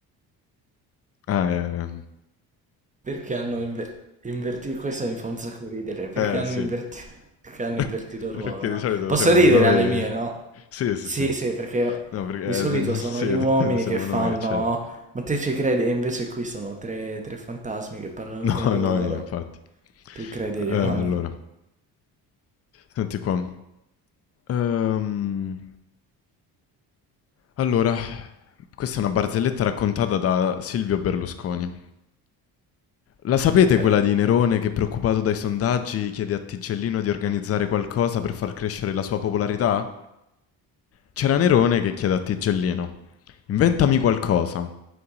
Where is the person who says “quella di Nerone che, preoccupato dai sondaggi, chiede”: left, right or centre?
Left